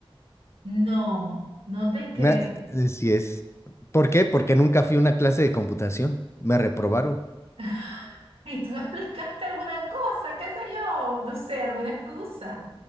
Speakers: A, on the right (about 85°); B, on the left (about 30°).
A: No, no te creo.
B: Me- así es. ¿Por qué? Porque nunca fui a una clase de computación, me reprobaron.
A: <laughs> ¿Y tú no explicaste alguna cosa? ¿Qué sé yo? No sé, alguna excusa.